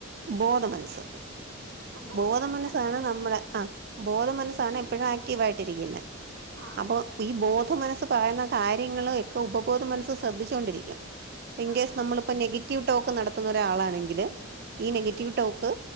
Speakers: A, on the right; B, on the right.
A: ബോധ മൻസ്
B: ബോധ
A: ബോധമനസ്സാണ്
B: മനസ്സ് എപ്പഴാ
A: നമ്മുടെ ആ ബോധമനസ്സാണ്
B: ലേസി
A: എപ്പഴും ആക്റ്റീവ് ആയിട്ടിരിക്കുന്ന
B: ആഹ്
A: അപ്പോ ഈ ബോധ മനസ്സ് പറയുന്ന കാര്യങ്ങള് ഒക്കെ ഉപബോധ മനസ്സ് ശ്രദ്ധിച്ചോണ്ടിരിക്കും ഇൻകെസ്
B: ആഹ്
A: നമ്മള്പ്പ
B: ആഹ്
A: നെഗറ്റീവ് ടോക്ക് നടത്തുന്ന ഒരാളാണെങ്കില് ഈ
B: ആഹ്
A: നെഗറ്റീവ് ടോക്ക്